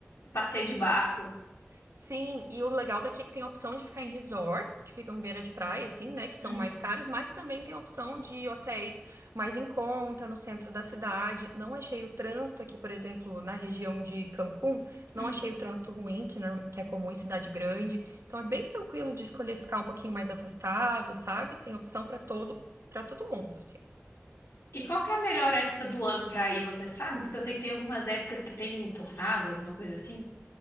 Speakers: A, on the left; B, on the right.
A: Passeio de barco.
B: Sim, e o legal daqui é que tem a opção de ficar em resort, que ficam em beira de praia, assim, né? Que são
A: Uhum,
B: mais caros, mas também tem a opção de hotéis mais em conta, no centro da cidade. Não achei o trânsito aqui, por exemplo, na região de Cancún, não
A: uhum.
B: achei o trânsito ruim, que, norm- que é comum em cidade grande. Então é bem tranquilo de escolher ficar um pouquinho mais afastado, sabe? Tem opção para todo, para todo mundo, assim.
A: E qual que é a melhor época do ano pra ir, você sabe? Porque eu sei que tem algumas épocas que tem tornado, alguma coisa assim.